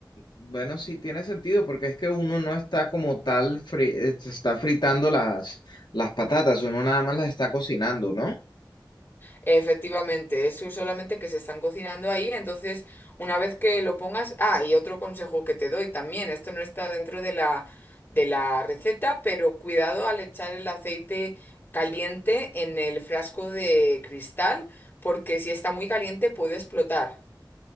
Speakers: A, on the left; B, on the left.
A: Bueno, sí tiene sentido, porque es que uno no está como tal, fri- eh, se está fritando las, las patatas, uno nada más las está cocinando, ¿no?
B: Efectivamente, eso es solamente que se están cocinando ahí, entonces una vez que lo pongas, ah, y otro consejo que te doy también, esto no está dentro de la de la receta, pero cuidado al echar el aceite caliente en el frasco de cristal, porque si está muy caliente puede explotar.